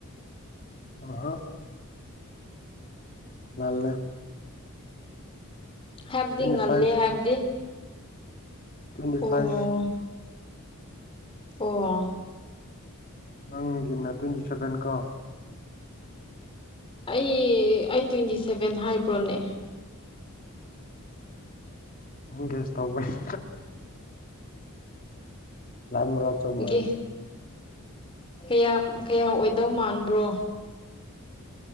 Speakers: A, on the left; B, on the left.
A: ꯍ ꯍꯣ ꯅꯜ
B: ꯍꯥꯏꯕꯗꯤ
A: ꯇ꯭ꯋꯦꯟꯇꯤ
B: ꯉꯜꯂꯤꯦ
A: ꯐꯥꯏꯚ
B: ꯍꯥꯏꯕꯗꯤ
A: ꯇ꯭ꯋꯦꯟꯇꯤ
B: ꯑꯣ
A: ꯐꯥꯏꯚ
B: ꯑꯣ ꯑ
A: ꯅꯪꯒꯤꯅ ꯇ꯭ꯋꯦꯟꯇꯤ ꯁꯚꯦꯟ ꯀꯣ
B: ꯑꯩ ꯑꯩ ꯇ꯭ꯋꯦꯟꯇꯤ ꯁꯦꯚꯦꯟ ꯍꯥꯏꯕ꯭ꯔꯣꯅꯦ
A: ꯍ ꯀꯦꯁ ꯇꯥꯎꯕꯅꯤ ꯂꯥꯟ ꯃꯅꯥ ꯆꯣꯃ
B: ꯒꯤ ꯀꯌꯥꯝ ꯀꯌꯥ ꯑꯣꯏꯗꯧ ꯃꯥꯟꯕ꯭ꯔꯣ